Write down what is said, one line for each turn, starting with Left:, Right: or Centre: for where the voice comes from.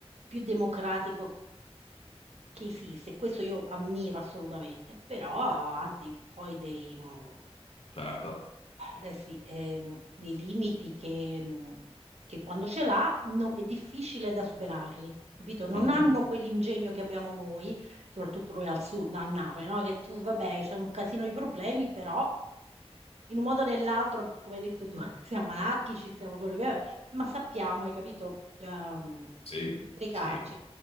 Right: più democratico che esiste, questo io ammiro assolutamente, però ha dei- poi dei, mm,
Left: Certo.
Right: eh sì, ehm, dei limiti che, mm, che quando ce l'ha no- è difficile da superarli. Capito? Non
Left: Mhm.
Right: hanno quell'ingegno che abbiamo noi, soprattutto noi al sud, no, a Napoli, no? Che tu, vabbè, c'è un casino di problemi, però in un modo o nell'altro, come hai detto tu, <laughs> siamo anarchici, siamo quello che è, ma sappiamo, hai capito, ehm,
Left: Sì,
Right: districarci.
Left: Sì.